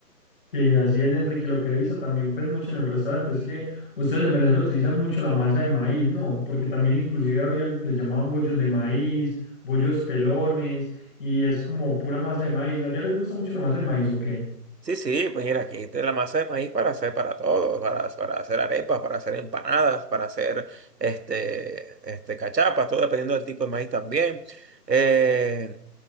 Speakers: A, on the left; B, on the right.
A: Sí, así es, Enrique. Lo que he visto también pues, mucho en el restaurante es que ustedes en Venezuela utilizan mucho la masa de maíz, ¿no? Porque también inclusive había algo que se llamaban bollos de maíz, bollos pelones, y es como pura masa de maíz. ¿Allá les gusta mucho la masa de maíz o qué?
B: Sí, sí, pues mira, aquí está la masa de maíz para hacer para todo, para, para hacer arepas, para hacer empanadas, para hacer este, este, cachapas, todo dependiendo del tipo de maíz también. Eh,